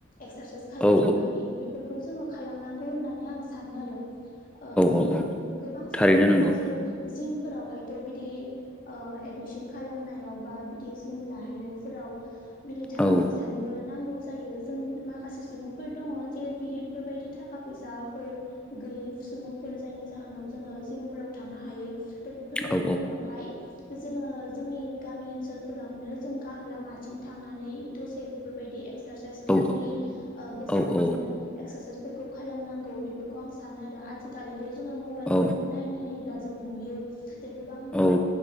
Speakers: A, on the left; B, in the centre.
A: एक्सारसाइस खालामनाय
B: औ
A: बेफोरखौ जोङो खालामनांगौ होननानै आं सानो आरो। ओ
B: औ औ
A: गोबां सुबुं
B: थारैनो
A: दङ
B: नंगौ
A: जे जिम फोरावहायथ' बिदि ओ एदमिसन खालामनायाव बा बिदि जिम लाहैनायफोराव बिदि थाखा
B: औ
A: फैसानिबो नांगौ जायो जों माखासे सुबुंफोर दङ जे बिदिफोरबायदि थाखा फैसाफोर गैयै सुबुंफोर जायनि जाहोनाव जोङो जिमफोराव थांनो हायै त' बेफोरबायदिनियावहाय
B: औ
A: जोङो जोंनि गामि ओनसोलफोरावनो जों लामाथिं थांनानै दसे बेफोरबायदि एक्सारसाइस गावनि
B: औ
A: ओ गोसो
B: औ
A: बायदिनो
B: औ
A: एक्सारसाइस फोरखौ खालामनांगौ बेफोरखौ आं सानो आरो आजिखालिथ' जोङो मबाइल
B: औ
A: फोरावबो नायनो नायोब्ला जोङो नुयो जे गोबां
B: औ